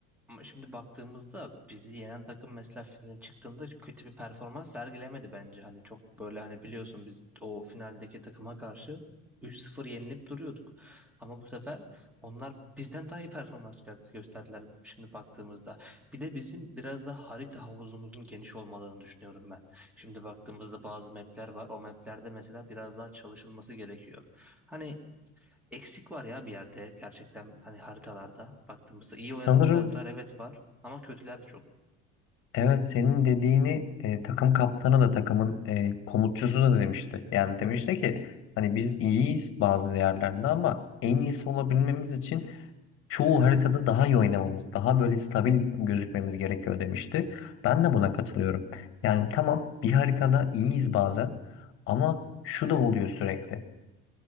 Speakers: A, in the centre; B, on the left (about 45°).
A: Ama şimdi baktığımızda bizi yenen takım mesela finale çıktığında kötü bir performans sergilemedi bence. Hani çok böyle hani biliyorsun biz o finaldeki takıma karşı 3-0 yenilip duruyorduk. Ama bu sefer onlar bizden daha iyi performans gö- gösterdiler şimdi baktığımızda. Bir de bizim biraz da harita havuzumuzun geniş olmalarını düşünüyorum ben. Şimdi baktığımızda bazı mapler var. O maplerde mesela biraz daha çalışılması gerekiyor. Hani eksik var ya bir yerde gerçekten hani haritalarda baktığımızda iyi oynadığımız
B: Sanırım
A: haritalar evet var ama kötüler de çok.
B: evet senin dediğini e, takım kaptanı da takımın e, komutçusu da demişti. Yani demişti ki hani biz iyiyiz bazı yerlerde ama en iyisi olabilmemiz için çoğu haritada daha iyi oynamamız, daha böyle stabil gözükmemiz gerekiyor demişti. Ben de buna katılıyorum. Yani tamam bir haritada iyiyiz bazen ama şu da oluyor sürekli.